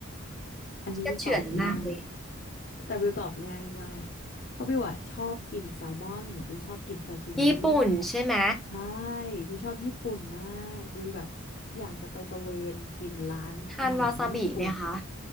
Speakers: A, on the left; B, in the centre.
A: อันนี้บิวตอบง่าย
B: ก็เฉือนมากเลย
A: แต่บิวตอบง่ายมากเพราะบิวอะชอบกินแซลมอนบิวชอบกินซาชิมิ
B: ญี่ปุ่นใช่ไหม
A: ใช่บิวชอบญี่ปุ่นมากบิวแบบอยากจะไปตะเวนกินร้านอาหารที่ญี่ปุ่น
B: ทานวาซาบิไหมคะ